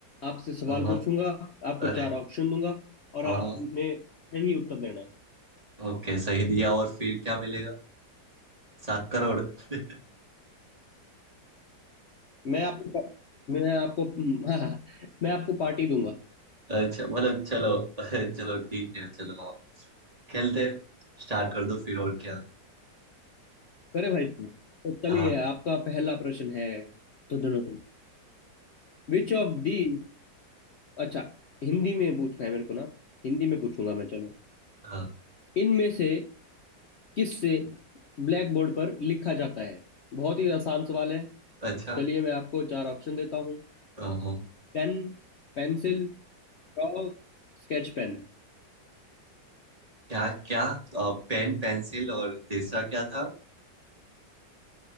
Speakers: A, on the left (about 75°); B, on the right (about 20°).
A: आपसे सवाल
B: हाँ हाँ,
A: पूछूंगा आपको
B: अरे
A: चार ऑप्शन दूंगा और
B: हाँ
A: आपने
B: हाँ
A: सही उत्तर देना है
B: ओके सही दिया और फिर क्या मिलेगा सात करोड़ <laughs>
A: मैं आपको मैं आपको <laughs> हाँ, मैं आपको पार्टी दूंगा
B: अच्छा मतलब चलो <laughs> चलो ठीक है चलो हाँ खेलते हैं स्टार्ट कर दो फिर और क्या
A: करे भाई साहब? तो चलिए
B: हाँ
A: आपका पहला प्रश्न है तो दोनों विच ऑफ दी अच्छा हिंदी में पूछना है मेरे को ना हिंदी में पूछूंगा मैं चलो
B: हाँ
A: इनमें से किससे ब्लैक बोर्ड पर लिखा जाता है बहुत ही आसान सवाल है
B: अच्छा
A: चलिए मैं आपको चार ऑप्शन देता हूँ
B: हाँ हाँ,
A: Pen pencil chalk sketch pen
B: क्या क्या अ, पेन पेंसिल और तीसरा क्या था